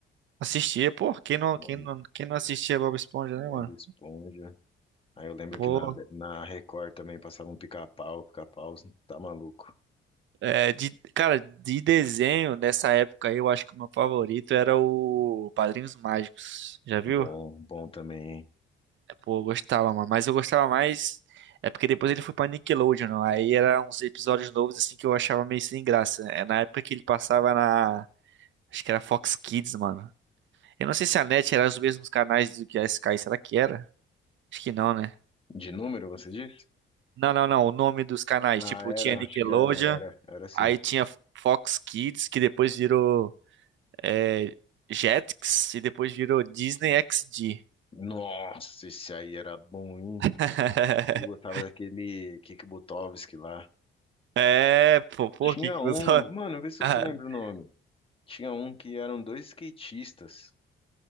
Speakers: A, on the right; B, on the left.
A: Assistia, pô, quem não,
B: Bom.
A: quem não, quem não assistia Bob Esponja,
B: Bob
A: né, mano?
B: Esponja. Aí eu lembro
A: Pô,
B: que na, na Record também passava um pica-pau, pica-pau, tá maluco.
A: é, de, cara, de desenho, nessa época aí, eu acho que o meu favorito era o Padrinhos Mágicos. Já viu?
B: Bom, bom também, hein?
A: É, Pô, eu gostava, mano. Mas eu gostava mais. É porque depois ele foi pra Nickelodeon, né? aí eram uns episódios novos, assim, que eu achava meio sem graça. É na época que ele passava na. Acho que era Fox Kids, mano. Eu não sei se a NET era os mesmos canais do que a Sky, será que era? Acho que não, né?
B: De número, você disse?
A: Não, não, não. O nome dos canais,
B: Ah,
A: tipo,
B: era,
A: tinha Nickelodeon,
B: acho que era, era, era sim.
A: aí tinha Fox Kids, que depois virou é, Jetix, e depois virou Disney XD.
B: Nossa, esse aí era bom, hein?
A: <laughs>
B: Eu gostava daquele Kik Butovski lá.
A: É, pô, por
B: Tinha
A: que que
B: um,
A: você...
B: mano, vê se você
A: <laughs>
B: lembra o nome. Tinha um que eram dois skatistas.